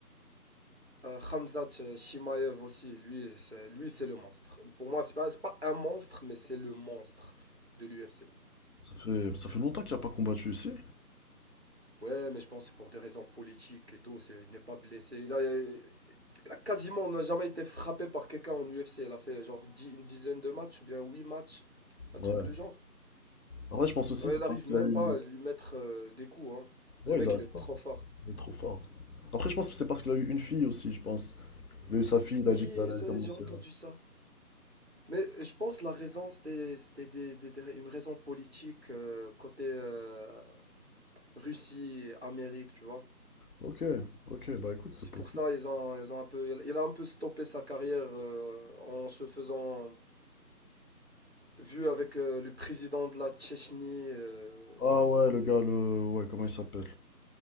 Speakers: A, on the right; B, on the left.
A: Euh, Khamzat euh, Shimaev aussi, lui, c'est, lui, c'est le monstre. Pour moi, c'est pas, c'est pas un monstre, mais c'est le monstre de l'UFC.
B: Ça fait, ça fait longtemps qu'il n'a pas combattu ici.
A: Ouais, mais je pense que c'est pour des raisons politiques et tout. c'est- il n'est pas blessé. Il a, il a quasiment, on n'a jamais été frappé par quelqu'un en UFC. Il a fait genre dix- une dizaine de matchs ou bien huit matchs, un
B: Ouais.
A: truc du genre.
B: En vrai, je pense aussi,
A: Ouais,
B: c'est
A: il n'arrive
B: parce qu'il
A: même
B: a eu.
A: pas à lui mettre euh, des coups. hein.
B: Ouais,
A: Le mec,
B: ils arrivent
A: il est
B: pas.
A: trop fort.
B: Il est trop fort. Après, je pense que c'est parce qu'il a eu une fille aussi, je pense. Il a eu sa fille, il
A: Oui,
B: a dit qu'il allait
A: ça,
B: commencer.
A: j'ai entendu ça. Mais je pense la raison, c'était, c'était des- des- des- une raison politique euh, côté euh, Russie, Amérique, tu vois.
B: Ok, ok, bah écoute, c'est
A: C'est
B: possible.
A: pour ça ils ont, ils ont un peu, il a un peu stoppé sa carrière euh, en se faisant vu avec euh, le président de la Tchétchénie. euh.
B: Ah ouais, le gars, le. Ouais, comment il s'appelle?